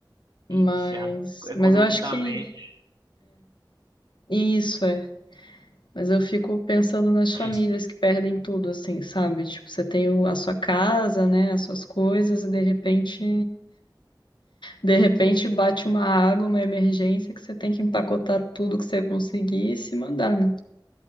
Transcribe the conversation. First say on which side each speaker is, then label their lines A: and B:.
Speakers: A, on the left; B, on the right.
A: Mas,
B: E já economicamente.
A: mas eu acho que isso é. Mas eu fico pensando nas
B: <clears throat>
A: famílias que perdem tudo, assim, sabe? Tipo, você tem o- a sua casa, né? As suas coisas, e de repente, de repente bate uma água, uma emergência que você tem que empacotar tudo que você conseguir e se mandar, né?